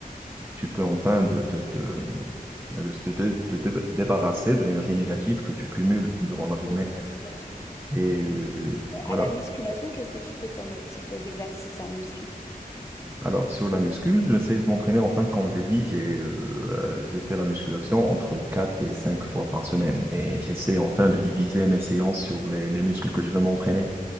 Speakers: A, on the right; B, on the left.
A: tu peux, enfin, de, te te- de te- te- te- te débarrasser de l'énergie négative que tu cumules durant la journée.
B: Oui, c'est parce que là, je-
A: Et euh, voilà.
B: à la musculation, qu'est-ce que tu fais comme type d'exercice en muscu?
A: Alors, sur la muscu, j'essaie de m'entraîner. Enfin, comme j'ai dit, j'ai, euh, euh, je fais la musculation entre 4 et 5 fois par semaine. Et j'essaie enfin de diviser mes séances sur les, les muscles que je veux m'entraîner.